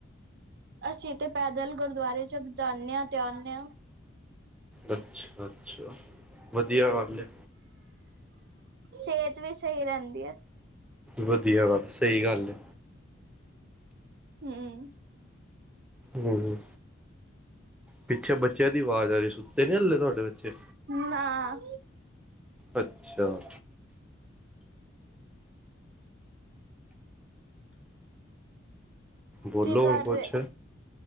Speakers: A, on the right; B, in the centre.
A: ਅਸੀ ਤੇ ਪੈਦਲ ਗੁਰਦੁਆਰੇ ਚਕ ਜਾਂਨੇ ਆਂ ਤੇ ਆਨੇ ਆਂ।
B: ਅੱਛਾ-ਅੱਛਾ, ਵਦੀਆ ਗੱਲ ਏ।
A: ਸੇਤ ਵੀ ਸਹੀ ਰੈਂਦੀ ਐ।
B: ਵਦੀਆ, ਸਈ ਗੱਲ ਏ।
A: ਹੂੰ।
B: ਹੂੰ, ਪਿੱਛੇ ਬੱਚੇਆਂ ਦੀ ਵਾਜ ਆਰੀ ਏ ਸੁੱਤੇ ਨੀ ਹੱਲੇ? ਤੂਆਡੇ ਬੱਚੇ,
A: ਨਾ
B: ਅੱਛਾ। ਬੋਲੋ
A: ਕੀ ਕਰ
B: ਹੁਣ ਕੁਛ
A: ਰੇ?